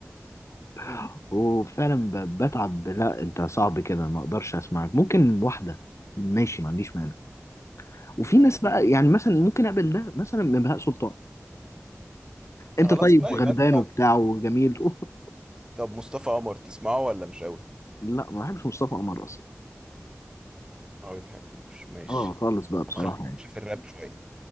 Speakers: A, on the right; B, on the left.
A: أمم،
B: <laughs> وفعلا ب- بتعب لا انت صعب كده ما اقدرش اسمعك ممكن واحدة ماشي ما عنديش مانع وفي
A: أيوة.
B: ناس بقى يعني مثلا ممكن اقبل ده مثلا من بهاء سلطان
A: خلاص
B: انت طيب
A: بقى
B: وغلبان
A: يبقى انت
B: وبتاع وجميل <laughs>
A: طب مصطفى قمر تسمعه ولا مش قوي
B: لا ما بحبش مصطفى قمر اصلا
A: ما بتحبوش ماشي
B: اه خالص بقى بصراحة
A: طب خلينا
B: يعني
A: نخش في الراب شويه